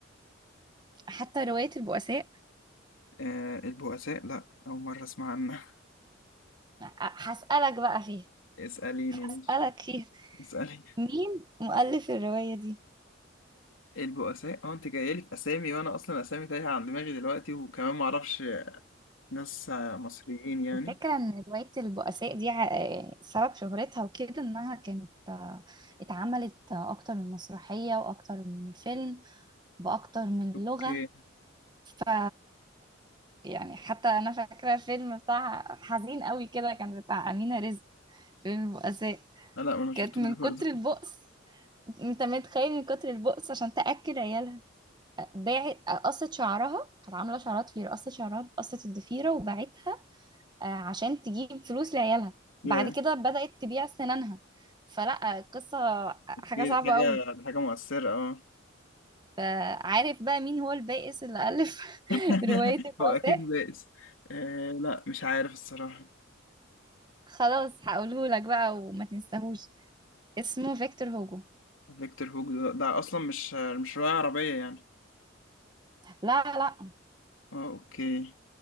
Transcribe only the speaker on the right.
حتى رواية البؤساء
هسألك بقى فيها
هسألك
فيها
مين مؤلف الرواية دي؟
الفكرة ان رواية البؤساء دي ع- آه، سبب شهرتها وكده انها كانت آه، اتعملت آه، اكتر من مسرحية واكتر من فيلم باكتر من
لغة ف يعني حتى انا فاكرة الفيلم بتاع حزين قوي كده كان بتاع أمينة رزق فيلم البؤساء
كانت من
كتر البؤس انت متخيل من كتر البؤس عشان تاكل عيالها باعت قصت شعرها كانت عامله شعرات في قصت شعرها قصت الضفيره وباعتها آه، عشان تجيب فلوس لعيالها
بعد كده بدات تبيع سنانها فلا قصه حاجه
صعبه
قوي
فعارف بقى مين هو البائس اللي الف
<laughs> روايه البؤساء
خلاص هقوله لك بقى وما تنساهوش اسمه فيكتور هوجو
لا لا